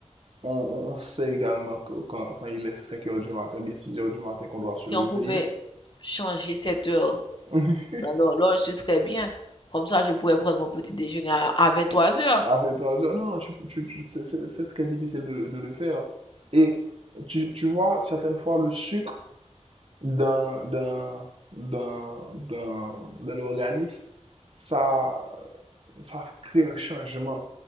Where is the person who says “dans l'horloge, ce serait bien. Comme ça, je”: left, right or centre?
Left